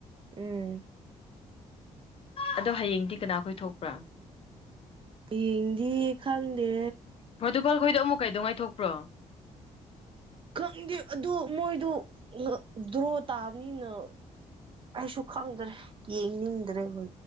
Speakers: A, on the right; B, on the left.
A: ꯎꯝ
B: ꯑꯗꯣ ꯍꯌꯦꯡꯗꯤ ꯀꯅꯥꯈꯣꯏ ꯊꯣꯛꯄ꯭ꯔꯥ
A: ꯌꯦꯡꯗꯤ ꯈꯪꯗꯦ
B: ꯄ꯭ꯔꯣꯇꯀꯜꯈꯣꯏꯗ ꯑꯃꯨꯛꯀꯩꯗꯧ ꯉꯥꯏꯊꯄ꯭ꯔꯣ
A: ꯈꯪꯗꯦ ꯑꯗꯨ ꯃꯣꯏꯗꯣ ꯗ꯭ꯔꯣ ꯇꯥꯕꯅꯤꯅ ꯑꯩꯁꯨ ꯈꯪꯗ꯭ꯔꯦ ꯌꯦꯡꯅꯤꯡꯗ꯭ꯔꯦ ꯍ